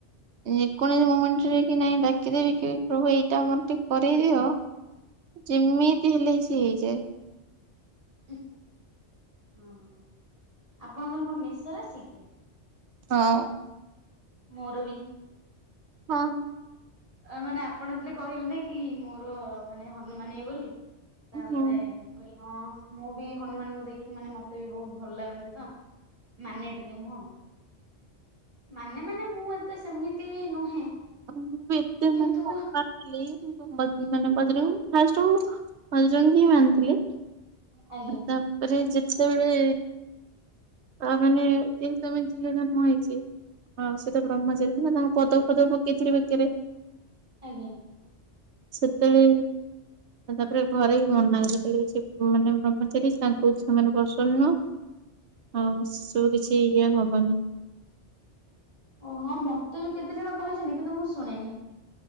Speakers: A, on the right; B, on the right.
A: ଯେକୌଣସି ମୋମେଣ୍ଟରେ କି ନାଇଁ ଡାକିଦେବି କି ପ୍ରଭୁ ଏଇଟା ମୋର ଟିକେ କରଇଦିଅ। ଯେମିତି
B: ଆଜ୍ଞା
A: ହେଲେ ସିଏ ହେଇଯାଏ।
B: ହଁ ଆପଣଙ୍କର କଣ ମେଷ ରାଶି କି?
A: ହଁ।
B: ମୋର ବି।
A: ହଁ।
B: ଅ ମାନେ ଆପଣଲେ କହିଲେ ନା କି ମୋର ମାନେ ହନୁମାନ ଇଏ ବୋଲି। ତାପରେ
A: ହୁଁ।
B: ମୁଁ କହିଲି ହଁ ମୁଁ ବି ହନୁମାନଙ୍କୁ ଦେଖି ମାନେ ମତେ ବି ବହୁତ ଭଲ ଲାଗନ୍ତି ତ। ମାନେ ଟିକେ ମୁଁ ମାନେ ମାନେ ମୁଁ ଏତେ ସେମିତି ନୁହେଁ।
A: <unintelligible> ଏତେ <unintelligible>
B: କିନ୍ତୁ
A: ମାନେ ବଜରଙ୍ଗ ଫାଷ୍ଟ ମୁଁ ବଜରଙ୍ଗୀ ହିଁ ବାନ୍ଧିଥିଲି।
B: ଆଜ୍ଞା।
A: ତାପରେ ଯେତେବେଳେ ଆ ମାନେ ଯେ ତମେ ଝିଅ ଜନ୍ମ ହେଇଛି ଆଉ ସେ ତ ବ୍ରହ୍ମଚାରୀ ନା ତାଙ୍କୁ ପଦ ଫଦ ପକେଇଥିଲ ବେକରେ
B: ଆଜ୍ଞା
A: ସେତେବେଳେ ତାପରେ ଘରେ ବି ମନା କ ମାନେ ବ୍ରହ୍ମଚାରୀ ତାଙ୍କୁ ସେମାନେ ପସନ୍ ନୁହଁ। ହଁ ସବୁ କିଛି ଇଏ ହବନି।
B: ଓହଁ ମତେ ବି କେତେ ଜଣ କହିଛନ୍ତି କିନ୍ତୁ ମୁଁ ଶୁଣେନି।